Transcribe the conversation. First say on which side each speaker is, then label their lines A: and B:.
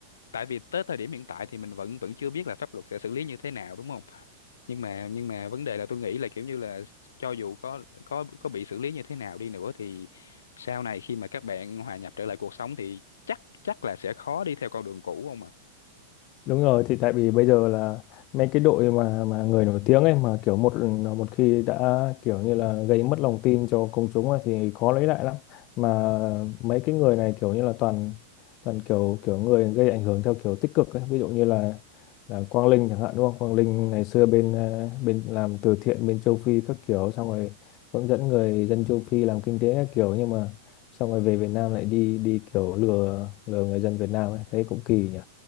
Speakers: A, on the left; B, on the left.
A: tại vì tới thời điểm hiện tại thì mình vẫn vẫn chưa biết là pháp luật sẽ xử lý như thế nào đúng không nhưng mà nhưng mà vấn đề là tôi nghĩ là kiểu như là cho dù có có có bị xử lý như thế nào đi nữa thì sau này khi mà các bạn hòa nhập trở lại cuộc sống thì chắc chắc là sẽ khó đi theo con đường cũ không à
B: Đúng rồi, thì tại vì bây giờ là mấy cái đội mà mà người nổi tiếng ấy mà kiểu một một khi đã kiểu như là gây mất lòng tin cho công chúng ấy, thì khó lấy lại lắm. Mà mấy cái người này kiểu như là toàn toàn kiểu kiểu người gây ảnh hưởng theo kiểu tích cực ấy, ví dụ như là là Quang Linh chẳng hạn đúng không? Quang Linh ngày xưa bên ờ, bên làm từ thiện bên châu Phi các kiểu xong rồi hướng dẫn người dân châu Phi làm kinh tế các kiểu nhưng mà xong rồi về Việt Nam lại đi đi kiểu lừa lừa người dân Việt Nam ấy, thấy cũng kỳ nhỉ,